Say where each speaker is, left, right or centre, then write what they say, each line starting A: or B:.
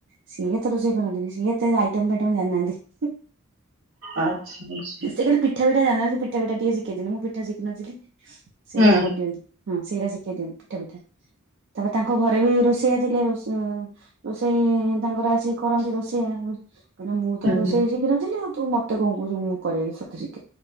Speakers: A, on the right; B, on the right.
A: ସିଏ ଏତେ ରୋଷେଇ କରନ୍ତିନି। ସିଏ ଏତେ ଆଇଟମ ବାଇଟମ ଜାଣିନାହାନ୍ତି।
B: ଆଚ୍ଛା ଆଚ୍ଛା।
A: ସିଏ କାଲି ପିଠା ପିଠା ଜାଣି ପିଠା ପିଠା ଟିକେ ଶିଖେଇଛନ୍ତି। ମୁଁ ପିଠା ଶିଖିିନଥିଲି। ସେଇଟା
B: ହୁଁ
A: କରିଦିଅନ୍ତି ହଁ ସେଇଟା ଶିଖେଇ ଦିଅନ୍ତି ପିଠା ପିଠା। ତାପରେ ତାଙ୍କ ଘରେ ବି ରୋଷେଇଆ ଥିଲେ ରୋଷ ରୋଷେଇ ତାଙ୍କର ଆସିିକି କରନ୍ତି ରୋଷେଇଆ। କହିଲେ ମୁଁ
B: ହୁଁ
A: ତ ରୋଷେଇ ଶଖିିନଥିଲି ଆଉ ତୁ ମୋତେ କଣ କହୁଛୁ ମୁଁ କରେଇ ତୋତେ ଶିଖେ